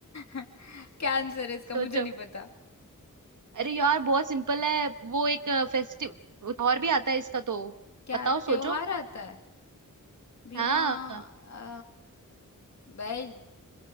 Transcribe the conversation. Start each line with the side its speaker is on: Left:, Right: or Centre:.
Left: क्या आंसर है इसका
Right: <laughs> सोचो
Left: मुझे नहीं पता
Right: अरे यार बहुत सिंपल है वो एक फेस्टिव और भी आता है इसका तो
Left: क्या
Right: बताओ
Left: त्योहार
Right: सोचो
Left: आता है बिना
Right: हाँ
Left: अ, बैल